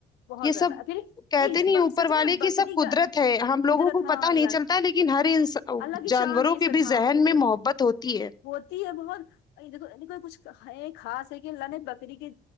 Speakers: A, on the left (about 90°); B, on the left (about 25°).
A: بہت
B: یہ
A: زیادہ
B: سب
A: پھر
B: کہتے
A: ایک
B: نہیں اوپر
A: سچ
B: والے
A: میں بکری
B: کی سب
A: کا
B: قدرت ہے ہم لوگوں
A: قدرت
B: کو پتا
A: ہاں اللہ
B: نہیں چلتا لیکن ہر ان
A: اللہ کی
B: جانوروں
A: شان ہے
B: کے
A: سب
B: بھی
A: ہاں
B: ذہن
A: قدرت
B: میں محبت ہوتی ہے
A: ہوتی ہے بہت دیک کو کچھ ہے خاص ہے کہ اللہ نے بکری کے